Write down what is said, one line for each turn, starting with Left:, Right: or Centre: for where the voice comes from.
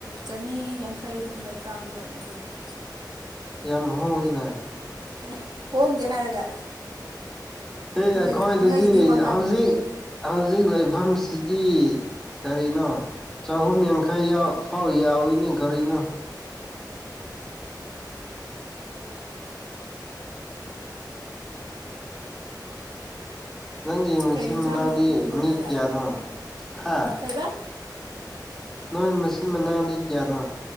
Right: ꯆꯅꯤ ꯌꯥꯡꯈꯩꯗꯤ ꯍꯟꯗꯛ ꯇꯥꯡꯒ꯭ꯔꯕꯅꯤ ꯀꯩꯅꯣ꯫
Centre: ꯌꯥꯝ ꯍꯣꯡꯉꯤꯅ
Right: ꯑꯦ ꯍꯣꯗꯦ ꯍꯥꯏꯔꯒ
Centre: ꯑꯦ
Right: ꯅꯣꯏꯗꯤ
Centre: ꯑꯩꯈꯣꯏꯗꯗꯤ
Right: ꯅꯣꯏꯒꯤꯗꯤ ꯍꯣꯡꯔꯝꯅꯤ
Centre: ꯍꯧꯖꯤꯛ ꯍꯧꯖꯤꯛ ꯂꯩꯕꯝꯁꯤꯗꯤ ꯀꯔꯤꯅꯣ ꯆꯍꯨꯝ ꯌꯥꯡꯈꯩ ꯌꯥꯎ ꯐꯥꯎ ꯌꯥꯎꯋꯤꯅꯦ ꯀꯔꯤꯅꯣ꯫ ꯅꯪꯒꯤ ꯃꯆꯤꯟ
Right: ꯀꯩ ꯏꯟꯁꯥꯡꯅ
Centre: ꯃꯅꯥꯎꯗꯤ
Right: ꯍꯣꯡꯕ꯭ꯔꯣ
Centre: ꯃꯤ
Right: ꯅꯣꯏꯗ
Centre: ꯀꯌꯥꯅꯣ ꯍꯥ
Right: ꯀꯩꯕ
Centre: ꯅꯣꯏ ꯃꯆꯤꯟ ꯃꯅꯥꯎꯅꯤ ꯀꯌꯅꯣ